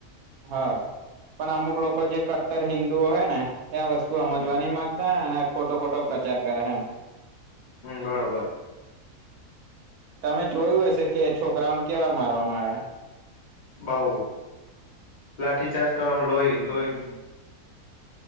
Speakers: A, on the right; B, on the left.
A: હા પણ અમુક લોકો જે કટ્ટર હિન્ંદુઓ હય ને એ આ વસ્તુ આમાં
B: હમ
A: જોવા ની માંગતા અને ખોટો ખોટો પ્રચાર કરે એમ.
B: બરોબર
A: તમે જોયું હશે કે છોકરાઓને કેવા મારવામાં આવે.
B: બહુ લાઠીચાર્જ કરવામાં લોહી લોહી